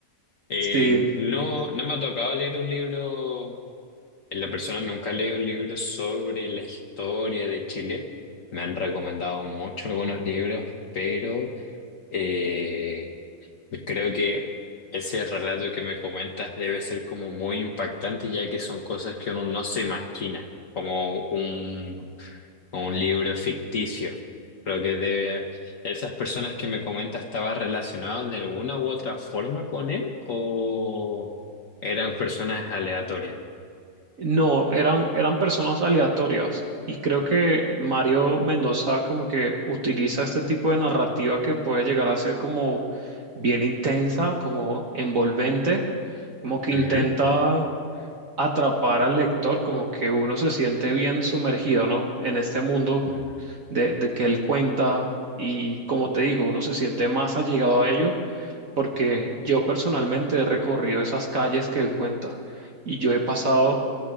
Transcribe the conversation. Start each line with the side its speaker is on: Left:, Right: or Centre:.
Left: Eh,
Right: sí.
Left: no, no me ha tocado leer un libro, en la persona nunca he leído un libro sobre la historia de Chile. Me han recomendado mucho algunos libros, pero... eh, Pues Creo que ese relato que me comentas debe ser como muy impactante, ya que son cosas que uno no se imagina, como un, como un libro ficticio. Creo que debe, esas personas que me comentas estaban relacionadas de alguna u otra forma con él o eran personas aleatorias.
Right: No, eran, eran personas aleatorias y creo que Mario Mendoza como que utiliza este tipo de narrativa que puede llegar a ser como bien intensa, como envolvente, como que intenta
Left: Ujú,
Right: atrapar al lector, como que uno se siente bien sumergido, ¿no? En este mundo
Left: Claro.
Right: de, de que él cuenta y como te digo, uno se siente más allegado a ello porque yo personalmente he recorrido esas calles que él cuenta y yo he pasado